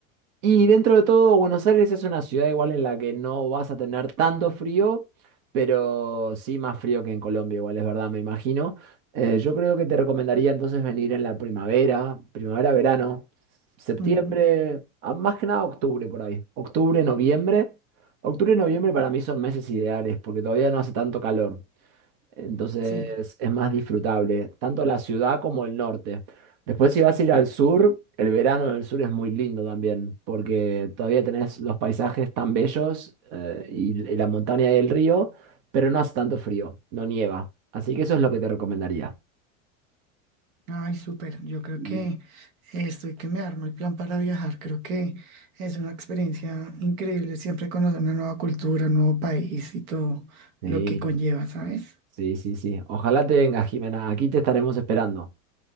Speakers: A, on the right; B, on the right.
A: Y dentro de todo, Buenos Aires es una ciudad igual en la que no vas a tener tanto frío, pero sí más frío que en Colombia, igual es verdad, me imagino. Eh, yo creo que te recomendaría entonces venir en la primavera, primavera, verano, septiembre,
B: Ujú,
A: a- más que nada octubre por ahí, octubre, noviembre. Octubre y noviembre para mí son meses ideales porque todavía no hace tanto calor. Entonces
B: Sí.
A: es más disfrutable, tanto la ciudad como el norte. Después si vas a ir al sur, el verano en el sur es muy lindo también, porque todavía tenés los paisajes tan bellos eh, y, y la montaña y el río, pero no hace tanto frío, no nieva. Así que eso es lo que te recomendaría.
B: Ay, súper. Yo creo
A: Y-
B: que eh, estoy que me armo el plan para viajar. Creo que es una experiencia increíble siempre conocer una nueva cultura, un nuevo país y todo
A: Sí,
B: lo que conlleva, ¿sabes?
A: sí, sí, sí. Ojalá te vengas, Jimena. Aquí te estaremos esperando.